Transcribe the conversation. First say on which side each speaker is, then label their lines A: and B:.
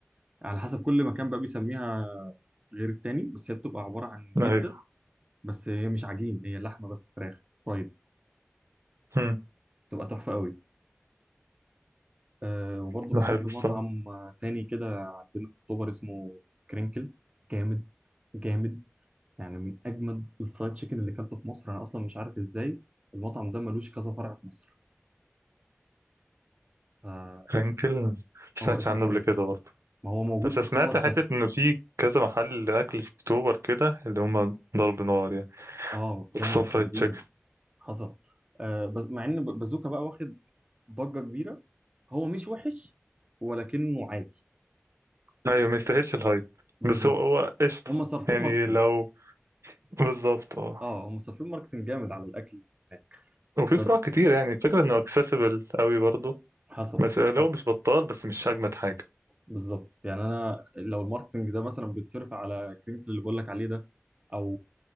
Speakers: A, on the right; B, on the right.
A: على حسب كل مكان بقى بيسميها غير التاني بس هي بتبقى عباره عن بيتزا
B: أيوه
A: بس هي مش عجين هي لحمه بس فراخ فرايد
B: امم
A: تبقى تحفه قوي أه وبرضه
B: ده
A: بحب
B: حلو الصراحة
A: مطعم آه، تاني كده عندنا في اكتوبر اسمه كرينكل جامد جامد يعني من اجمد الفرايد تشيكن اللي اكلته في مصر انا اصلا مش عارف ازاي المطعم ده ملوش كذا فرع في مصر اه
B: رانكل ما سمعتش
A: آه، اسمه
B: عنه
A: كرينكل
B: قبل كده برضه
A: ما هو موجود
B: بس
A: في
B: سمعت
A: اكتوبر بس
B: حتة إنه في كذا محل أكل في أكتوبر كده اللي هما ضرب نار يعني
A: اه
B: خصوصا
A: جامد
B: فرايد
A: جامدين
B: تشيكن
A: حصل آه بس مع ان ب- بازوكا بقى واخد ضجه كبيره هو مش وحش ولكنه عادي
B: أيوة ما يستاهلش الهايب
A: بالظبط
B: بس هو هو قشطة
A: هم صارفين
B: يعني
A: ماركتنج
B: لو بالظبط اه
A: اه هم صارفين ماركتنج جامد على الاكل هناك
B: وفي
A: بس
B: فروع كتير يعني الفكرة إنه accessible قوي برضه
A: حصل
B: بس لو
A: حصل
B: مش بطال بس مش أجمد حاجة
A: بالظبط يعني انا لو الماركتنج ده مثلا بيتصرف على كرينكل اللي بقول لك عليه ده او